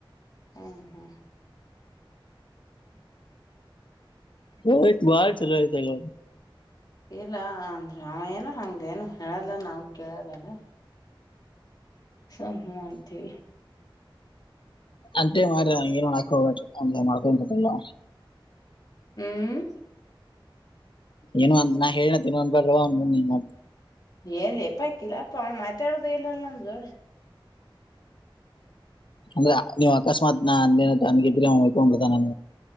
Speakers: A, on the left; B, on the left.
A: ಹ್ಮ ಹಾ
B: ಹ ಬಾರ ಚಲುವತಲ್ಲ
A: ಇಲ್ಲ ಅಂದ್ರ ಆಮ ಏನ ಹಂಗೇನು ಹೇಳಲ್ಲ ನಾವ್ ಕೇಳಲ್ಲಲ್ಲ ಸಂವಂತವಿ
B: ಅಂತೇ ಮಾರ್ರ ನಗೆ ಹಕಬ ಒ ಮಾಡ್ಕೊಲ್ಲ
A: ಹ್ಮ್
B: ಏನು ಒಂದ್ ನಾನ್ ಹೇಳನತಂದ ಬ್ರಲ್ವ ಒಂದ್ಂದ
A: ಎಲ್ಲಿ ಎಪ್ಪ ಆಕಿಲ್ಲ ಅಪ್ಪ ಅವ್ ಮಾತಾಡುದ ಇಲ್ಲಲ್ಲ ನಮ್ ಜೋಳ
B: ಅಂದ್ರೆ ನೀವು ಅಕಸ್ಮಾತ್ ನ ಅಂದೇನ ಅನ್ಗಿದ್ರಿಸ ನ